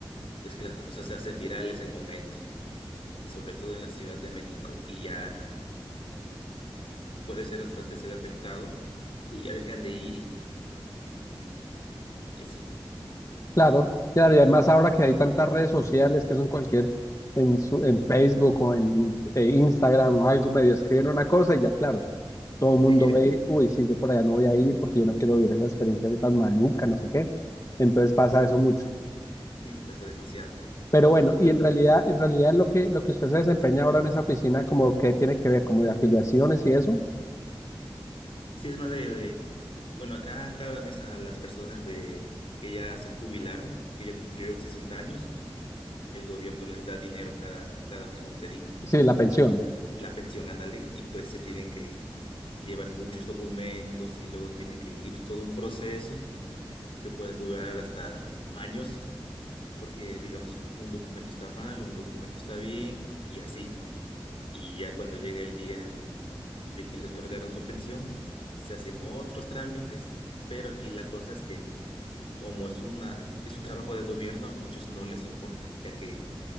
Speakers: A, on the left; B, on the left.
A: ves que las cosas se hacen virales en momento y sobre todo en la Ciudad de México y ya pues ese restaurante se ve afectado y ya dejan de ir y, y así, ¿no?
B: Claro, claro, y además ahora que hay tantas redes sociales que son cualquier, en, su- en Facebook o en eh, Instagram o algo, medio escriben una cosa y ya claro, todo el mundo
A: Sí, ya
B: ve, y uy, sí, yo por allá no voy a ir porque yo no quiero vivir esa experiencia de tan maluca, no sé qué. Entonces pasa eso mucho.
A: sí pasa demasiado.
B: Pero bueno,
A: Pues
B: y
A: bueno,
B: en realidad, en realidad lo que, lo que usted se desempeña ahora en esa oficina, como que tiene que ver, como de afiliaciones y eso,
A: sí es más de, eh, bueno, acá cada mes a las personas de que ya se jubilaron, que ya cumplieron 60 años, el gobierno les da dinero cada, cada mes, como te digo,
B: sí, la pensión,
A: y la pensión, ándale, y pues se tienen que llevar muchos documentos y luego tiene que ir todo un proceso que puede durar hasta años, porque digamos, un documento está mal o un documento está bien y así. Y ya cuando llega el día de que le otorgaron su pensión, se hacen otros trámites, pero aquí la cosa es que como es una, es un trabajo de gobierno, a muchos no les importa, ya que